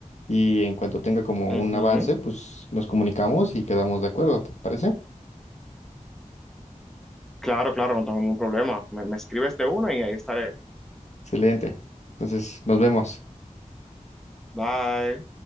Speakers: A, on the left; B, in the centre.
A: y en cuanto tenga como un
B: Ujú,
A: avance, pues nos comunicamos y quedamos de acuerdo, ¿te parece?
B: Claro, claro, no tengo ningún problema. Me, me escribes de una y ahí estaré.
A: Excelente. Entonces, nos vemos.
B: Bye.